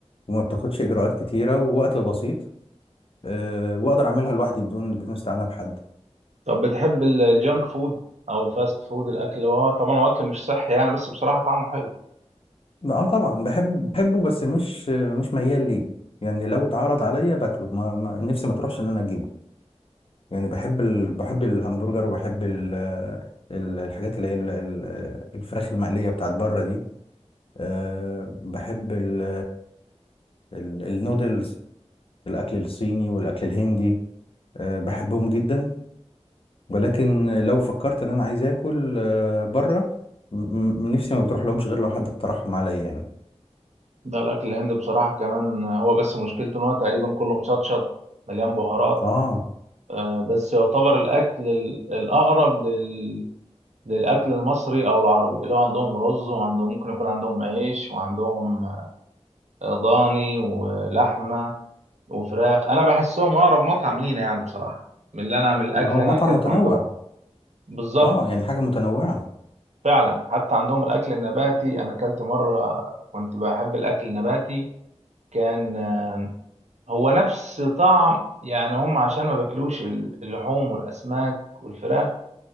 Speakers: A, on the left (about 55°); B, on the right (about 75°).
A: وما بتاخدش اجراءات كتيره ووقت بسيط آه، واقدر اعملها لوحدي بدون بدون استعانه بحد
B: طب بتحب ال- الجانك فود او الفاست فود الاكل اللي هو طبعا هو اكل مش صحي يعني بس بصراحه طعمه حلو
A: اه طبعا بحب بحبه بس مش مش ميال ليه يعني لو اتعرض عليا باكله ما ما- نفسي ما تروحش ان انا اجيبه يعني بحب ال... بحب الهمبرجر وبحب ال... ال- الحاجات اللي هي ال- ال- الفراخ المقلية بتاعت بره دي أه بحب ال... ال... النودلز الأكل الصيني والأكل الهندي أه بحبهم جدا ولكن لو فكرت إن أنا عايز آكل أه بره م- م- نفسي ما بتروح لهمش غير لو حد اقترحهم عليا يعني
B: ده الاكل الهندي بصراحه كمان هو بس مشكلته ان هو تقريبا كله مشطشط مليان بهارات
A: آه
B: آه، بس يعتبر الاكل ال- الاقرب لل... للاكل المصري او العربي اللي هو عندهم رز وعندهم ممكن يكون عندهم عيش وعندهم آه، ضاني ولحمه وفراخ انا بحسهم اقرب مطعم لينا يعني بصراحه من اللي انا من الاكل
A: ما هو
B: اللي انا
A: مطعم
B: اكلته
A: متنوع
B: عندهم بالظبط
A: آه يعني حاجة متنوعة
B: فعلا حتى عندهم الاكل النباتي انا اكلت مره كنت بحب الاكل النباتي كان آه، هو نفس طعم يعني هم عشان ما باكلوش ال- اللحوم والاسماك والفراخ